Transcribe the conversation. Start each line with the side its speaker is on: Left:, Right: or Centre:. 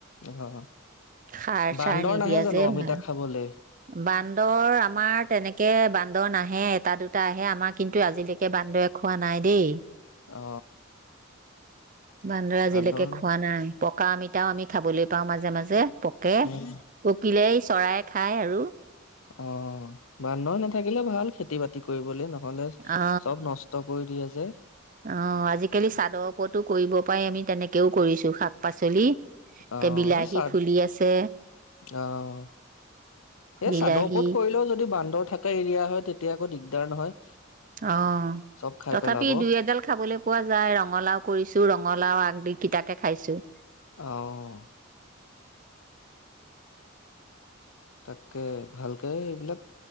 Left: অ
Right: সাৰ
Left: বান্দৰ
Right: চাৰ নিদিয়া
Left: নাহে জানো
Right: যে
Left: ন অমিতা
Right: ভাল
Left: খাবলে
Right: বান্দৰ আমাৰ তেনেকে বান্দৰ নাহে এটা দুটা আহে আমাৰ কিন্তু আজিলৈকে একে বান্দৰে খোৱা নাই দেই
Left: অ
Right: বান্দৰে আজিলৈকে
Left: বান্দৰ ন-
Right: খোৱা নাই পকা আমিতাও আমি খাবলৈ পাওঁ মাজে মাজে পকে
Left: উম
Right: পকিলে এই চৰাইক খাই আৰু
Left: অ বান্দৰ নাথাকিলে ভাল খেতি বাতি কৰিবলৈ ন নহলে
Right: অ
Left: চব নষ্ট কৰি দি আছে যে
Right: অ আজিকালি চাদৰ ওপৰতো কৰিব পাৰি আমি তেনেকেও কৰিছো শাক পাচলি
Left: অ
Right: কে বিলাহী
Left: ন চাদ
Right: ফুলি আছে
Left: আহ সেই
Right: বিলাহী
Left: চাদৰ ওপৰত কৰিলেও যদি বান্দৰ থকা এৰিয়া হয় তেতিয়া আকৌ দিগদাৰ নহয়
Right: অ
Left: চব খাই
Right: তথাপি
Left: পেলাব
Right: দুই এডাল খাবলৈ পোৱা যায় ৰঙালাও কৰিছো ৰ কঙলাও আগদি কটাকে খাইছো
Left: আহ তাককে ভালকে এইবিলাক